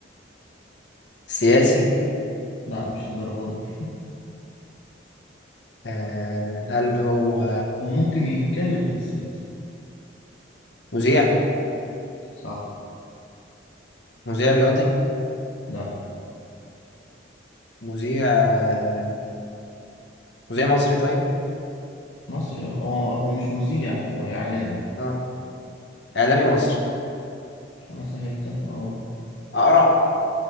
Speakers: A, on the left; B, on the left.
A: سياسي
B: لا مش الدرجات دي
A: آه هل هو
B: هو ممكن يتكلم في السياسة
A: مذيع
B: صح
A: مذيع رياضي
B: لا
A: مذيع آه، مذيع مصري طيب
B: مصري اه هو مش مذيع هو إعلامي
A: اه اعلامي مصري
B: أنا سهلتها اه
A: اقرع